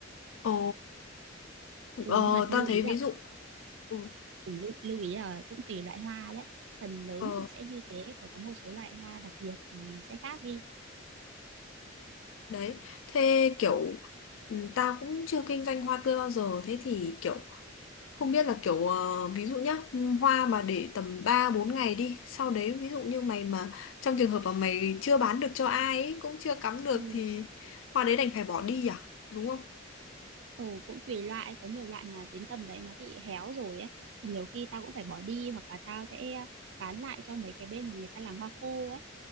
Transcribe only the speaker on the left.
Ồ,
ờ
tao thấy
ví
dụ ừ,
ờ
đấy, thế kiểu ừ, tao cũng chưa kinh doanh hoa tươi bao giờ thế thì kiểu Không biết là kiểu ờ, ví dụ nhá, ừm, hoa mà để tầm 3 4 ngày đi, sau đấy ví dụ như mày mà trong trường hợp mà mày chưa bán được cho ai ấy, cũng chưa cắm được
thì hoa đấy đành phải bỏ đi à, đúng không?